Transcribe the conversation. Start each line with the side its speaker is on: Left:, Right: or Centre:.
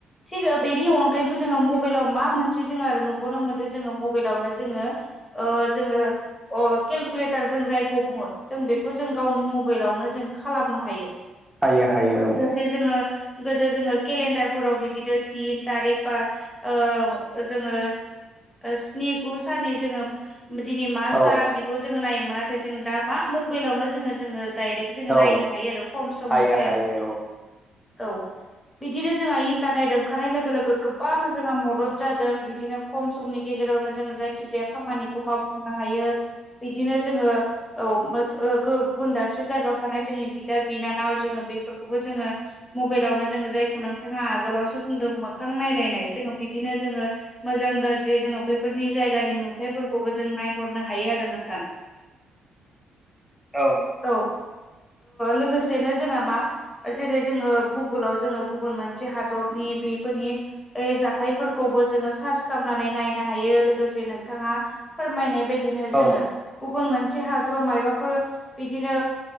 Left: थिग बेनि अनगायैबो जोङो मबाइलाव मा मोनसे जोङो आरो नुबोननो मोन जोङो मबाइलावनो जोङो जोङो अ केलकुलेटार जों जायखौ बुङो जों बेखौ जों गावनि मबाइलावनो जों खालामनो हायो
Centre: हायो हायो औ
Left: जे जोङो गोदो जोङो केलेणडारफोराव बि बिदिनो दिन थारिख बा ओ जोङो स्नि गु साननि जोङो दिनै मा
Centre: औ
Left: सान बेखौ जोङो नायोमोन नाथाय जों दा मा मबाइलावनो जोङो जोङो डाइरेक्ट जोङो
Centre: औ
Left: नायनो हायो आरो खम समनि
Centre: हायो
Left: थाइमावनो
Centre: हायो
Left: मावनो औ बिदिनो जोंङो जानाय रोंखारनाय लोगो गोबां जोंहा मदद जादों बिदिनो खम समनि गेजेरावनो जोङो जायखिजाया खामानिखौ मावफुंनो हायो बिदिनो जोङो औ <unintelligible> गुनदाबसे जायगायाव थानाय जोंनि बिदा बिनानाव जोङो बेफोरखौबो जोङो मबाइलावनो जोङो जायखौ नोंथाङा आगोलावसो बुंदों मोखां नायलायनाय जोङो बिदिनो जोङो मोजां गाज्रि जोङो बैफोरनि जायगानि नुथायफोरखौबो जों नायहरनो हायो आरो नोंथां। <inaudible>
Centre: औ
Left: औ लोगोसेनो जोंहा मा जेरै जोङो गुगोलाव जोङो गुबुन मोनसे ह दरनि बेफोरनि जाथायफोरखौबो जोङो सार्च खालामनानै नायनो हायो लोगोसे नोंथाङा फोरमायनाय बायदिनो
Centre: औ
Left: जोङो गुबुन मोनसे हादराव मायबाफोर बिदिनो